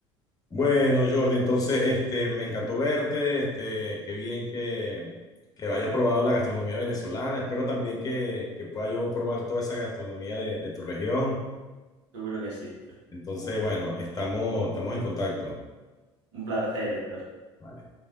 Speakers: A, on the left (about 25°); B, on the right (about 65°).
A: Bueno, Jordi, entonces, este, me encantó verte, este, qué bien que, que hayas probado la gastronomía venezolana, espero también que, que pueda yo probar toda esa gastronomía de, de tu región.
B: Seguro que sí.
A: Entonces, bueno, estamos, estamos en contacto.
B: Un placer, Héctor.
A: Vale.